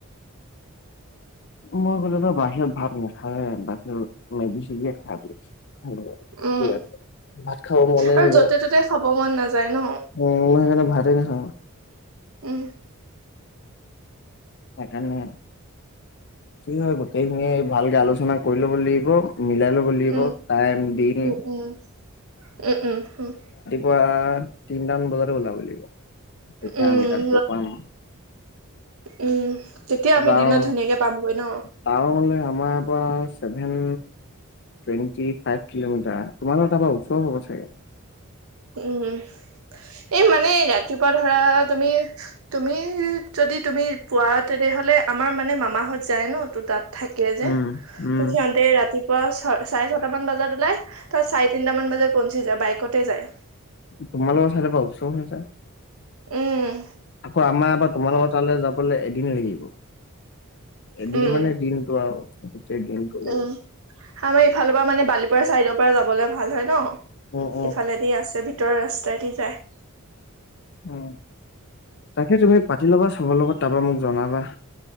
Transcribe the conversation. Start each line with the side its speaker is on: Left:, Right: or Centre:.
Left: মই বলোম বাহিৰত ভাত নাখায়ে। বাহিৰত মেগী চেগীয়ে খাই চোন।
Right: উম
Left: ঠিক আছে ভাত খাব মনে
Right: আৰু
Left: নেযায়
Right: য'তে ত'তে খাব মন নাযায় ন
Left: নোসোমায় ভাত। নে হ।
Right: উহ্।
Left: সেইকাৰণে কি হয় গোটেইখিনিয়িে ভালকে আলোচনা কৰি লব লাগিব। মিলাই লব লাগিব
Right: উম
Left: টাইম দিন।
Right: উম উম উম উম হম্।
Left: পুৱা তিনটামান বজাতে ওলাব লাগিব। তেতিয়া
Right: উম
Left: আমি তাত গৈ পাম
Right: উম তেতিয়া আমি
Left: যাওঁ
Right: দিনত ধুনীয়াকে পামগৈ ন।
Left: টাৱাঙলে আমাৰ ইয়াৰ পৰা চেভেন টুৱেন্টি ফাইভ কিলোমিটাৰ তোমাৰ ভাগ। তাপা ওচৰ হব চাগে।
Right: উম্ এই মানে ৰাতিপুৱা ধৰা তুমি তুমি যদি তুমি পোৱা তেনেহলে আমাৰ মানে মামাহঁত যায় ন তু তাত। থাকে যে
Left: উম
Right: তোক
Left: উম
Right: সিহঁতে ৰা। ৰাতিপুৱা ছ চাৰে ছটামান বজাত ওলাই তাত চাৰে তিনিটামান বজাত পঞ্চী যায় বাইকতে যায়।
Left: তোমালোকৰ চাইডৰ পৰা ওচৰ হৈছে।
Right: উম্।
Left: আকৌ আমাৰ বা তোমাৰ লগৰ তালে যাবলে এদিন লাগিল। হেল্ল। এদিন
Right: উম
Left: মানে দিনটো আৰু। গোটেই দিনটো লাগিব
Right: উম আমাৰ ইফালৰ পৰা মানে বালিপাৰ চাইদৰ। পৰা যাবলে ভাল হয় ন।
Left: অ অ
Right: ইফালেদি আছে। ভিতৰ ৰাস্তাই দি যায়।
Left: উ তাকে তুমি পাতি লবা চবৰ লগত তাৰপৰা মোক জনাবা।